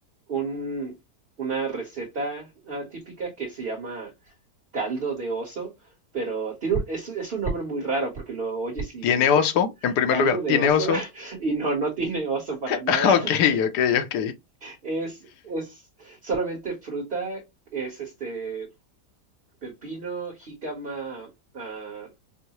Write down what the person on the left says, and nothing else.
¿Tiene oso? En primer
lugar,
¿tiene
oso?
<laughs>
Ah, Ok,
ok, ok,